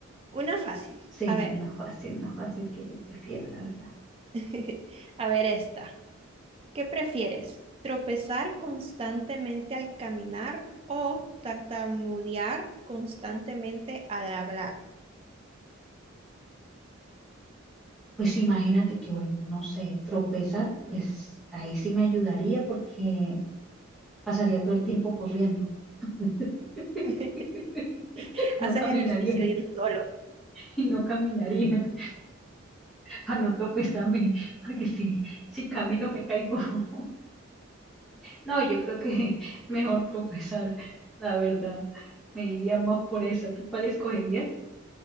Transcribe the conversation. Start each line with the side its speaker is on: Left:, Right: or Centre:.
Right: Una fácil.
Centre: sí,
Right: A ver,
Centre: una fácil, una fácil que yo prefiero, la verdad.
Right: <laughs> a ver esta. ¿Qué prefieres? ¿Tropezar constantemente al caminar o tartamudear constantemente al hablar?
Centre: Pues imagínate que, bueno, no sé, tropezar, pues ahí sí me ayudaría porque pasaría todo el tiempo corriendo. <laughs>
Right: <laughs> Haces
Centre: No caminaría,
Right: ejercicio de un solo.
Centre: y no caminaría para no tropezarme, porque si, si camino
Right: <laughs>
Centre: me caigo. <laughs> No, yo creo que <laughs> mejor tropezar, la verdad. Me iría más por esa. ¿Tú cuál escogerías?